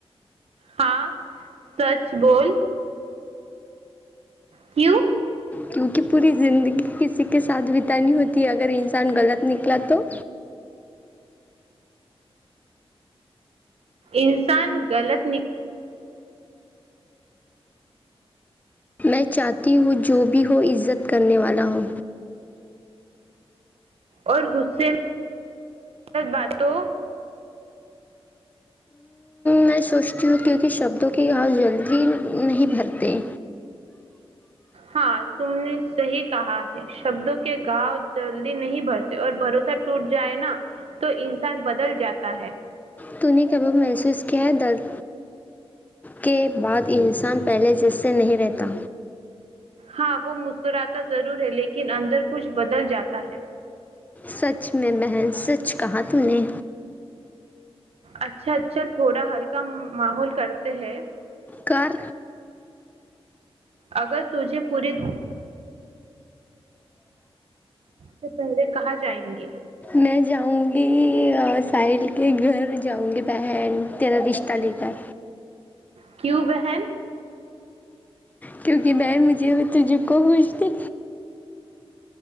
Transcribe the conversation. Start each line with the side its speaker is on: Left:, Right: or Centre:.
Right: ہاں سچ بول کیوں
Left: کیونکہ پوری زندگی کسی کے ساتھ بتانی ہوتی ہے اگر انسان غلط نکلا تو
Right: انسان غلط نک
Left: میں چاہتی ہوں جو بھی ہو عزت کرنے والا ہو
Right: اور غے میں باتوں
Left: میں سوچتی ہوں کیونکہ شبدوں کی گاؤ جلدی نہیں بھرتے
Right: ہاں تم نے صحی کہا ہے شبدوں کے گاؤ جلدی نہیں بھرتے اور بھروسہ ٹوٹ جائے نا تو انسان بدل جاتا ہے
Left: تو نے ک ابب محسوس کیا ہے درد کے بعد انسان پہلے جس سے نہیں رہتا
Right: ہاں وہ مسکراتا ضرور ہے لیکن اندر کچھ بدل جاتا ہے
Left: سچ میں بہن سچ کہااں ت نے
Right: اچھا اچھا تھوڑا ہلکا ماحول کرتے ہے
Left: گھر
Right: اگر تجھے پوری دنیا سے پہلے کہاں جائیں گے
Left: میں جاؤں گی سال کے گھر جاؤں گی بہن تیرا رشتہ لے کر
Right: کیوں بہن
Left: کیونکہ بہن مجھے تو جو کوو بھیجتی